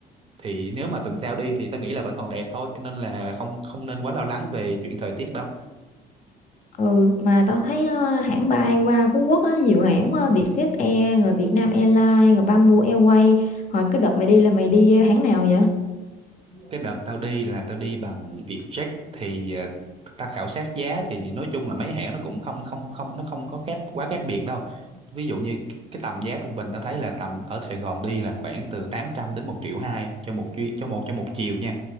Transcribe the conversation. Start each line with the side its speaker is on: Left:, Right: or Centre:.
Right: thì nếu mà tuần sau đi thì tao nghĩ là vẫn còn đẹp thôi cho nên là không không nên quá lo lắng về chuyện thời tiết đâu
Left: ừ mà tao thấy ờ, hãng bay qua Phú Quốc á nhiều hãng quá Vietjet Air rồi Vietnam Airlines rồi Bamboo Airways hồi cái đợt mày đi là mày đi ờ, hãng nào vậy
Right: cái đợt tao đi là tao đi bằng Vietjet thì ờ, tao khảo sát giá thì nói chung là mấy hãng nó cũng không không không nó không có khác quá khác biệt đâu ví dụ như cái tầm giá trung bình tao thấy là tầm ở Sài Gòn đi là khoảng từ 800 đến một triệu hai cho một chuyến cho một cho một chiều nha